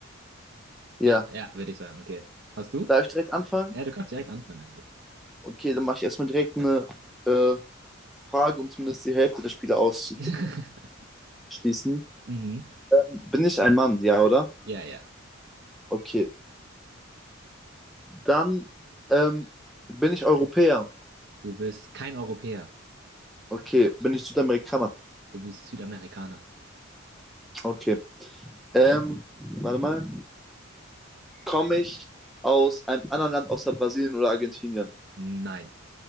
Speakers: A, in the centre; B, on the right.
A: Ja.
B: Ja, ja, würde ich sagen. Okay. Hast du?
A: Darf ich direkt anfangen?
B: Ja, du kannst Ja, direkt anfangen eigentlich.
A: Okay, dann mache ich erstmal direkt eine äh, Frage, um zumindest die Hälfte der Spiele auszu-
B: <laughs>
A: auszuschließen.
B: Mhm.
A: Ähm, bin ich ein Mann? Ja, oder?
B: Ja, ja.
A: Okay. Dann ähm, bin ich Europäer?
B: Du bist kein Europäer.
A: Okay. Bin ich Südamerikaner?
B: Du bist Südamerikaner.
A: Okay. Ähm, warte mal. Komme ich aus einem anderen Land außer Brasilien oder Argentinien?
B: Nein,